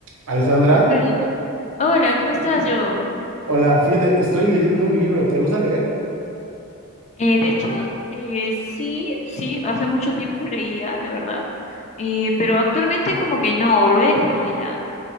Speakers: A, on the right (about 75°); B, on the left (about 30°).
A: Alessandra,
B: Hola, hola, ¿cómo estás, yo?
A: hola, fíjate, estoy leyendo un libro, ¿te gusta leer?
B: Eh, de hecho, eh, sí, sí, hace mucho tiempo leía, la verdad, eh, pero actualmente como que no, lo he dejado de lado.